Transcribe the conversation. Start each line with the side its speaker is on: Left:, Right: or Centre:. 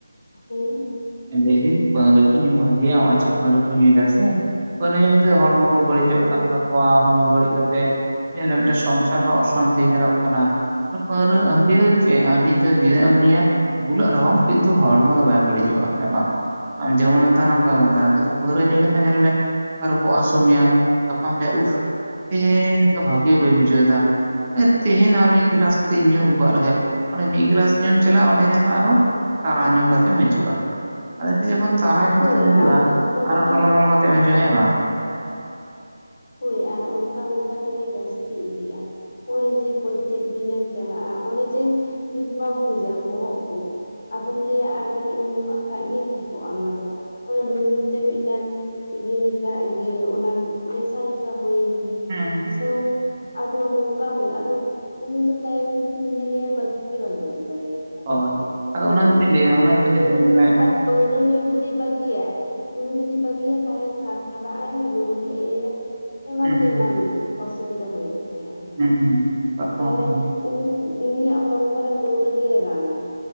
Left: ᱦᱮᱸ?
Right: ᱞᱟᱹᱭᱫᱟᱹᱧ ᱯᱟᱹᱣᱨᱟᱹ ᱠᱩ ᱧᱩ ᱵᱷᱟᱹᱜᱮᱭᱟ ᱱᱚᱜ ᱚᱭ ᱡᱮ ᱯᱟᱹᱣᱨᱟᱹ ᱠᱚ ᱧᱩᱭᱮᱫᱫᱟ ᱥᱮ ᱯᱟᱹᱣᱨᱟᱹ ᱧᱩᱛᱮᱫ ᱦᱚᱲᱢᱚᱼᱼ ᱠᱚ ᱵᱟᱹᱲᱤᱡᱚᱜ
Left: ᱦᱳᱭ
Right: ᱠᱟᱱ ᱛᱟᱠᱚᱣᱟ ᱦᱚᱲᱢᱚ ᱵᱟᱹᱲᱤᱡᱼᱼ ᱢᱤᱫᱴᱮᱱ ᱥᱚᱝᱥᱟᱨ ᱦᱚᱸ ᱚᱥᱟᱱᱛᱤ ᱧᱮᱞᱚᱜ ᱠᱟᱱᱟ᱾ ᱯᱟᱹᱣᱨᱟᱹ ᱦᱟᱹᱰᱤᱸ ᱫᱚ ᱪᱮᱫ ᱦᱟᱹᱰᱤᱸ ᱛᱤᱱᱟᱹᱜ ᱮᱢ ᱧᱩᱭᱟ᱾ ᱵᱩᱞᱟᱹᱜ ᱨᱮᱦᱚᱢ ᱠᱤᱱᱛᱩ ᱦᱚᱲᱢᱚ ᱫᱚ ᱵᱟᱭ ᱵᱟᱹᱲᱤᱡᱚᱜᱼᱟ ᱦᱮᱸ ᱵᱟᱝ? ᱟᱢ ᱡᱮᱢᱚᱱᱢ ᱛᱟᱦᱮᱱᱟ ᱚᱱᱠᱟ ᱜᱮᱢ ᱛᱟᱦᱮᱱᱟ ᱠᱤᱱᱛᱩ ᱯᱟᱹᱣᱨᱟᱹ ᱧᱩ ᱞᱮᱠᱷᱟᱱ ᱧᱮᱞ ᱢᱮᱼᱼ ᱟᱨ ᱵᱚᱜ ᱦᱟᱹᱥᱩ ᱢᱮᱭᱟ ᱜᱟᱯᱟᱢ ᱞᱮ ᱩᱯᱷᱼᱼ ᱛᱮᱦᱮᱧ ᱫᱚ ᱵᱷᱟᱜᱮ ᱵᱟᱹᱧ ᱵᱩᱡᱷᱟᱹᱣ ᱫᱟ᱾ ᱛᱮᱦᱮᱧ ᱟᱨ ᱢᱤᱫ ᱜᱞᱟᱥ ᱠᱟᱹᱴᱤᱡ ᱧᱩᱫ ᱟᱹᱜᱩᱭᱟᱜ ᱞᱮᱜᱮ ᱚᱱᱮ ᱢᱤᱫ ᱜᱞᱟᱥ ᱧᱩᱢ ᱪᱟᱞᱟᱜᱼᱟ ᱚᱸᱰᱮ ᱧᱮᱞ ᱢᱮ ᱟᱨᱚᱼᱼ ᱛᱟᱨᱟ ᱧᱩ ᱠᱟᱛᱮᱢ ᱦᱤᱡᱩᱜᱼᱟ ᱟᱫᱚ ᱢᱤᱫᱴᱤᱡ ᱡᱚᱠᱷᱚᱱ ᱛᱟᱨᱟ ᱧᱩ
Left: ᱦᱳᱭ
Right: ᱠᱟᱛᱮᱢ ᱦᱤᱡᱩᱜᱼᱟ
Left: ᱟᱨ ᱚᱱᱠᱟ
Right: ᱟᱨᱚ ᱴᱚᱞᱚᱢᱚᱞᱚ ᱠᱟᱛᱮᱜᱼᱼ ᱛᱮᱢ ᱦᱤᱡᱩᱜ-ᱟ ᱦᱮᱸ ᱵᱟᱝ,
Left: ᱦᱳᱭ ᱟᱨ ᱚᱱᱠᱟ ᱚᱱᱠᱟ ᱛᱮᱜᱮ ᱡᱟᱹᱥᱛᱤ ᱤᱫᱤᱜᱼᱟ᱾ ᱱᱚᱜ ᱚᱭ ᱡᱮ ᱯᱨᱚᱛᱮᱠ ᱫᱤᱱᱮᱢ ᱪᱟᱞᱟᱜᱼᱟ ᱚᱱᱮ ᱡᱮ ᱡᱩᱛ ᱵᱟᱢ ᱵᱩᱡᱟ ᱵᱚᱦᱚᱜ ᱠᱚ᱾ ᱟᱫᱚᱢ ᱞᱟᱹᱭᱟ ᱟᱨ ᱠᱟᱹᱴᱤᱡ ᱤᱧ ᱧᱩᱣᱟᱜ ᱠᱷᱟᱡ ᱜᱤᱧ ᱴᱷᱤᱠᱚᱜᱼᱟ ᱱᱚᱣᱟ ᱫᱚ᱾ ᱚᱱᱟ ᱧᱩ ᱧᱩ ᱛᱮ ᱢᱤᱫᱴᱟᱝ ᱤᱭᱟᱹ ᱞᱮᱠᱟ ᱤᱭᱟᱹ ᱚᱱᱟ ᱢᱮᱥᱟ ᱞᱮᱠᱟ ᱦᱩᱭᱮᱱ ᱜᱮ᱾
Right: ᱦᱩᱸ
Left: ᱱᱮᱥᱟ ᱦᱚᱸ ᱟᱫᱚ ᱱᱚᱝᱠᱟ ᱦᱩᱭᱩᱜᱼᱟ ᱟᱫᱚᱼᱼ ᱩᱱᱤ ᱫᱚ ᱛᱟᱭᱚᱢ ᱛᱮ ᱫᱚᱢ ᱧᱮᱞᱮᱭᱟ ᱵᱟᱹᱜᱤ ᱜᱮ ᱵᱟᱭ ᱵᱟᱹᱜᱤ ᱫᱟᱲᱮᱭᱟᱜ᱾ ᱠᱟᱱᱟ
Right: ᱦᱳᱭ ᱟᱫᱚ
Left: ᱯᱟᱹᱣᱨᱟᱹ
Right: ᱚᱱᱟ ᱜᱮᱛᱚᱧ
Left: ᱧᱩ
Right: ᱞᱟᱹᱭᱫᱟ ᱚᱱᱟ ᱜᱮᱛᱚᱧ
Left: ᱯᱟᱹᱣᱨᱟᱹ
Right: ᱞᱟᱹᱭᱫᱟ ᱧᱮᱞ
Left: ᱧᱩ
Right: ᱢᱮ
Left: ᱟᱨ ᱯᱟᱹᱣᱨᱟᱹᱼᱼ ᱩᱱᱤ ᱯᱟᱹᱣᱨᱟᱹ ᱧᱩ ᱡᱩᱫᱤ ᱵᱟᱹᱜᱤᱭᱟᱭ ᱩᱱᱤ ᱡᱩᱫᱤ ᱵᱟᱹᱜᱤᱭᱟᱭ ᱛᱟᱦᱚᱞᱮ ᱛᱷᱟᱨ ᱛᱷᱟᱨᱟᱜᱼᱟᱭ ᱨᱩᱣᱟᱹ ᱦᱮᱡ ᱟᱭᱟᱼᱼ ᱮᱢᱟᱱ
Right: ᱦᱮᱸ
Left: ᱛᱮᱢᱟᱱ ᱚᱥᱩᱵᱤᱫᱷᱟ ᱦᱩᱭᱩᱜ ᱛᱟᱭᱟ
Right: ᱦᱮᱸ ᱠᱟᱛᱷᱟ
Left: ᱛᱟᱦᱚᱞᱮ᱾
Right: ᱢᱟ ᱠᱟᱱ ᱜᱮᱭᱟ
Left: ᱩᱱᱤ ᱩᱱᱤᱭᱟᱜ ᱦᱚᱲᱢᱚ ᱨᱮ ᱯᱟᱹᱣᱨᱟᱹ ᱜᱮᱭ ᱨᱟᱱᱟᱭ᱾